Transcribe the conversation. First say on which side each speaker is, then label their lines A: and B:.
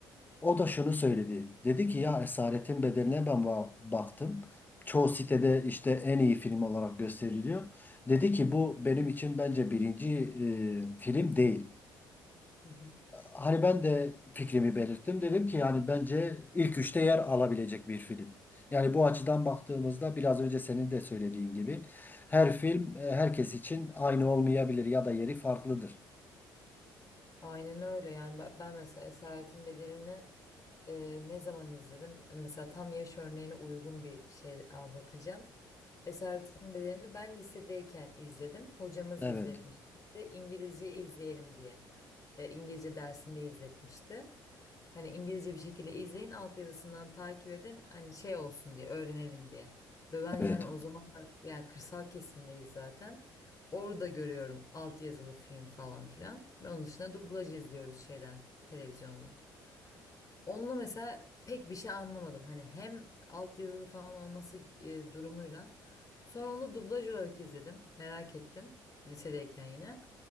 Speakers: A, on the left; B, on the left.
A: O da şunu söyledi. Dedi ki ya Esaretin Bedeli'ne ben ba- baktım. Çoğu sitede işte en iyi film olarak gösteriliyor. Dedi ki bu benim için bence birinci e, film değil.
B: Hı hı.
A: Hani ben de fikrimi belirttim. Dedim ki yani bence ilk üçte yer alabilecek bir film. Yani bu açıdan baktığımızda biraz önce senin de söylediğin gibi her film e, herkes için aynı olmayabilir ya da yeri farklıdır.
B: Aynen öyle yani ben ben mesela Esaretin Bedeli'ni e, ne zaman izledim? Mesela tam yaş örneğine uygun bir şey anlatacağım. Esaretin Bedeli'ni ben lisedeyken izledim. Hocamız
A: Evet.
B: izletmişti. İngilizce izleyelim diye. E, İngilizce dersinde izletmişti. Hani İngilizce bir şekilde izleyin, altyazısından takip edin. Hani şey olsun diye, öğrenelim diye. Ve ben yani
A: Evet.
B: o zaman yani kırsal kesimdeyiz zaten. Orada görüyorum altyazılı film falan filan. Ve onun dışında dublaj izliyoruz şeyden, televizyondan. Onunla mesela pek bir şey anlamadım. Hani hem altyazılı falan olması e, durumuyla. Sonra onu dublaj olarak izledim. Merak ettim. Lisedeyken yine.